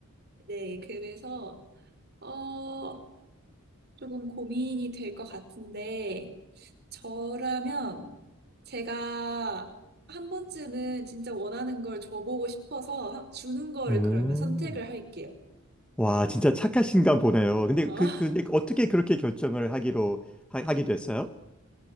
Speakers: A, on the right; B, in the centre.
A: 네, 그래서, 어, 조금 고민이 될 것 같은데, 저라면 제가 한 번쯤은 진짜 원하는 걸 줘보고 싶어서 하- 주는 거를
B: 오.
A: 그러면 선택을 할게요.
B: 와, 진짜 착하신가 보네요. 근데
A: 어,
B: 그,
A: <laughs>
B: 근데 어떻게 그렇게 결정을 하기로, 하, 하게 됐어요?